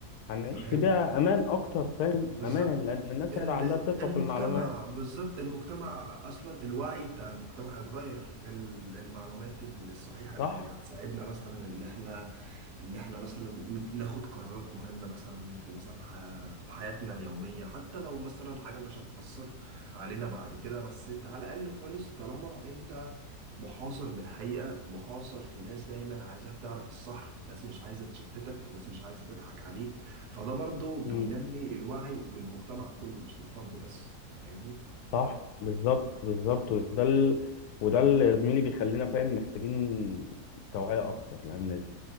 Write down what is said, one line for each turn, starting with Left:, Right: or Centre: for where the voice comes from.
Left: هنعيش
Right: تمام
Left: في بيئة أمان أكتر فاهم
Right: بالظبط
Left: أمان لأن الناس
Right: ال-
Left: هيبقى عندها ثقة
Right: المجتمع
Left: في المعلومات
Right: بالظبط المجتمع اصلا الوعي بتاع المجتمع هيتغير ال- المعلومات الصحيحه اللي
Left: صح؟
Right: هتساعدنا مثلا اللي احنا اللي احنا مثلا ناخد قرارات مهمه مثلا في مثلا ح- حياتنا اليوميه حتى لو مثلا حاجه مش هتاثر علينا بعد كده بس انت على الاقل خالص طالما انت محاصر بالحقيقة محاصر في ناس دايما عايزاك تعرف الصح ناس مش عايزة تشتتك ناس مش عايزة تضحك عليك فده برضو بينمي
Left: مم.
Right: الوعي للمجتمع كله مش للفرد بس أنت فاهمني
Left: صح بالظبط بالظبط وده ال... وده اللي يا زميلي بيخلينا فاهم محتاجين توعية أكتر لأن